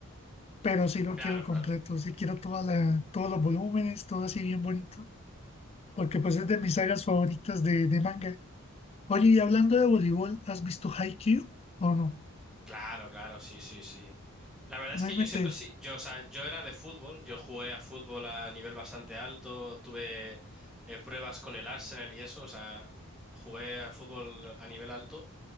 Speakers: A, on the left; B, in the centre.
A: Pero sí lo
B: Claro,
A: quiero completo,
B: claro.
A: sí quiero toda la, todos los volúmenes, todo así bien bonito, porque pues es de mis sagas favoritas de, de manga. Oye, y hablando de voleibol, ¿has visto Haikyuu o no?
B: Claro, claro, sí, sí, sí. La verdad es
A: No
B: que
A: inventes.
B: yo siempre sí, yo, o sea, yo era de fútbol, yo jugué a fútbol a nivel bastante alto, tuve eh, pruebas con el Arsenal y eso, o sea, jugué a fútbol a nivel alto.